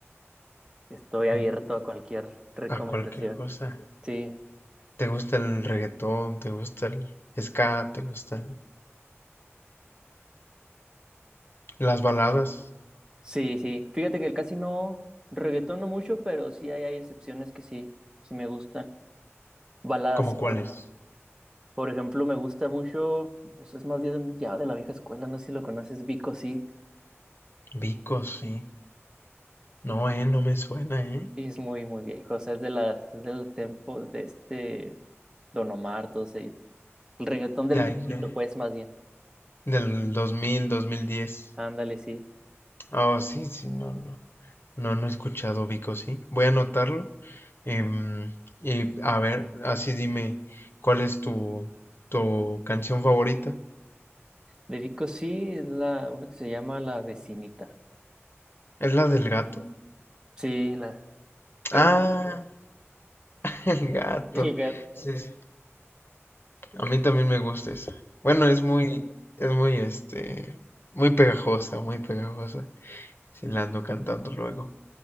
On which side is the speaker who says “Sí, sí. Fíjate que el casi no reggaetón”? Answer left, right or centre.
Right